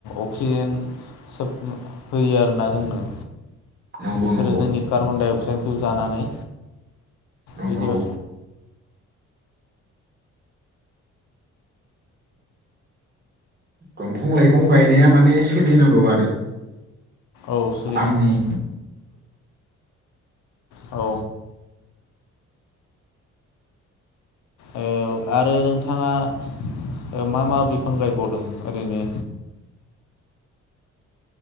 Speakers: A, on the left; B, on the right.
A: अक्सिजेन सोब होयो आरोना जोंनो
B: नंगौ
A: बिसोरो
B: नंगौ
A: जोंनि कार्बन डाइ अक्साइड खौ जानानै
B: नंगौ
A: बिदि औ
B: दंफां लाइफां गायनाया माने सोलिनांगौ आरो
A: औ सोलिनांगौ
B: आंनिबो
A: औ औ आरो नोंथाङा ओ मा मा बिफां गायबावदों ओरैनो